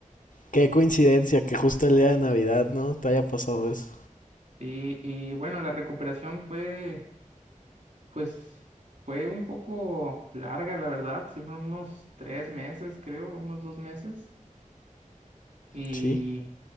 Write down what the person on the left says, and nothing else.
qué coincidencia que justo el día de Navidad, ¿no? Te haya pasado eso.
Sí.